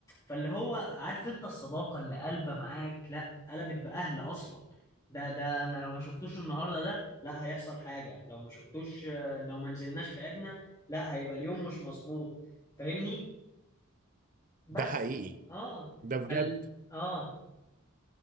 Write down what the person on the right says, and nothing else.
ده حقيقي
ده بجد